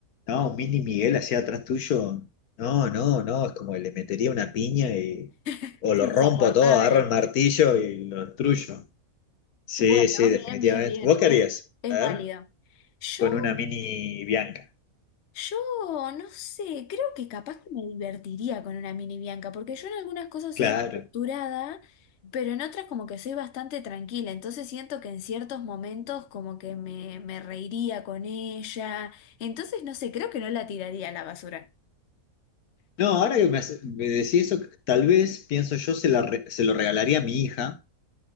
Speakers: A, on the left; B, on the left.
A: no, un mini Miguel así atrás tuyo, no, no, no, es como que le metería una piña y,
B: <laughs>
A: o lo
B: Insoportable.
A: rompo todo, agarro el martillo y lo destruyo. Sí,
B: Bueno,
A: sí, definitivamente.
B: bien, bien, bien.
A: ¿Vos qué
B: Es,
A: harías?
B: es
A: A
B: válido.
A: ver,
B: Yo,
A: con una mini Bianca.
B: yo no sé, creo que capaz que me divertiría con una mini Bianca, porque yo en algunas cosas
A: Claro.
B: soy estructurada, pero en otras como que soy bastante tranquila. Entonces siento que en ciertos momentos como que me, me reiría con ella. Entonces no sé, creo que no la tiraría a la basura.
A: No, ahora que me, hace- me decís eso, tal vez pienso yo se, la re- se lo regalaría a mi hija,